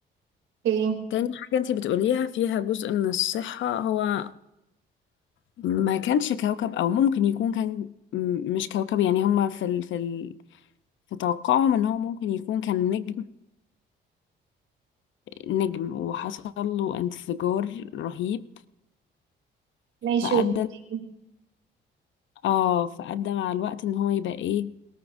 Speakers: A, on the right; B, on the left.
A: اوكي
B: تاني حاجه انت بتقوليها فيها جزء من الصحه هو ما كانش كوكب او ممكن يكون كان م- مش كوكب يعني هما في ال... في ال... في توقعهم ان هو ممكن يكون كان نجم نجم وحصل له انفجار رهيب
A: ماشي
B: فأدى
A: وبطيء
B: اه فأدى مع الوقت ان هو يبقى ايه